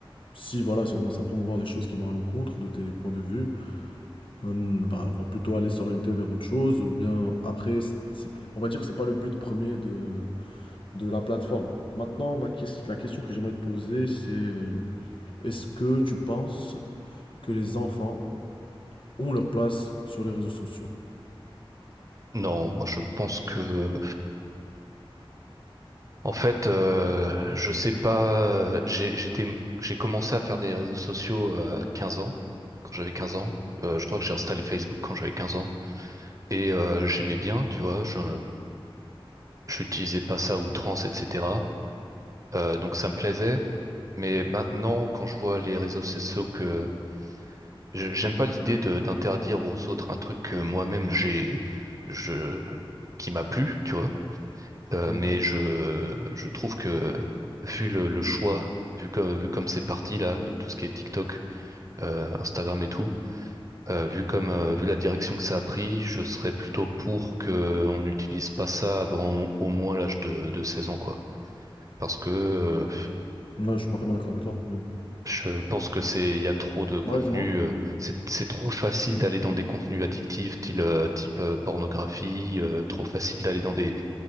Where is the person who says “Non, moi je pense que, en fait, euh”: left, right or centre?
Right